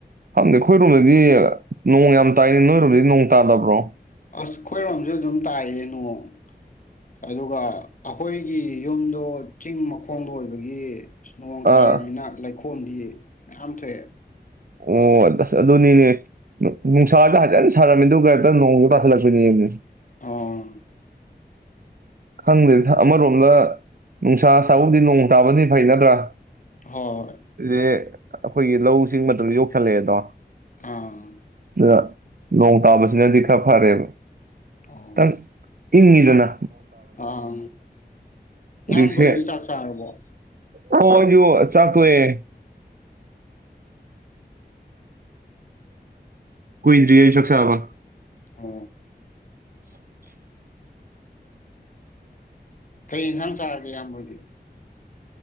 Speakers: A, on the right; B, on the left.
A: ꯐꯝꯗꯤ ꯑꯩꯈꯣꯏꯔꯣꯝꯗꯗꯤ ꯅꯣꯡ ꯌꯥꯝ ꯇꯥꯏꯅꯤ ꯅꯣꯏꯔꯣꯝꯗꯗꯤ ꯅꯣꯡ ꯇꯥꯗꯕ꯭ꯔꯣ
B: ꯑꯁ ꯑꯩꯈꯣꯏꯔꯣꯝꯁꯨ ꯑꯗꯨꯝ ꯇꯥꯛꯌꯦ ꯅꯣꯡ ꯑꯗꯨꯒ ꯑꯩꯈꯣꯏꯒꯤ ꯌꯨꯝꯗꯣ ꯆꯤꯡ ꯃꯈꯣꯡꯗ ꯑꯣꯏꯕꯒꯤ ꯅꯣꯡ ꯇꯥꯔꯕꯃꯤꯅ
A: ꯑꯥ
B: ꯂꯩꯈꯣ ꯐꯣꯟꯗꯤ ꯃꯌꯥꯝꯁꯦ
A: ꯑꯣꯁ ꯑꯗꯨꯅꯤꯅꯦ ꯅꯨꯡꯁꯥꯗ ꯍꯖꯟ ꯁꯥꯔꯝꯃꯤ ꯑꯗꯨꯒ ꯍꯦꯛꯇ ꯅꯣꯡꯁꯨ ꯇꯥꯥꯁꯜꯂꯛꯄꯣꯏꯅꯦ
B: ꯑꯥ
A: ꯈꯪꯗ꯭ꯔꯦ ꯑꯃꯔꯣꯝꯗ ꯅꯨꯡꯁꯥ ꯁꯥꯕꯗꯤ ꯅꯣꯡ ꯇꯥꯕꯗꯤ ꯐꯩꯅꯠꯇ꯭ꯔꯥ
B: ꯍꯣꯏ
A: ꯦ <inaudible> ꯑꯩꯈꯣꯏꯒꯤ ꯂꯧ ꯆꯤꯡ ꯃ ꯌꯧꯁꯤꯜꯂꯛꯑꯦꯗꯣ
B: ꯑꯥ
A: ꯑ ꯂꯣꯡ ꯇꯥꯕꯁꯤꯅꯗꯤ ꯈꯥ ꯐꯔꯦꯕ
B: ꯑꯣ
A: ꯇꯪ ꯏꯅꯤꯗꯅ
B: ꯑꯥ ꯏꯌꯥꯝꯕꯣꯏꯗꯤ
A: ꯍꯧꯖꯤꯛꯁꯦ
B: ꯆꯥꯛ ꯆꯥꯔꯕꯣ
A: ꯑꯣ ꯌ ꯆꯀꯨꯑꯦ ꯀꯣꯏ ꯁꯥꯥꯕ
B: ꯑ
A: <inaudible>
B: ꯀꯩ ꯌꯦꯟꯁꯥꯡ ꯆꯥꯔꯒꯦ ꯌꯥꯝꯕꯣꯏꯗꯤ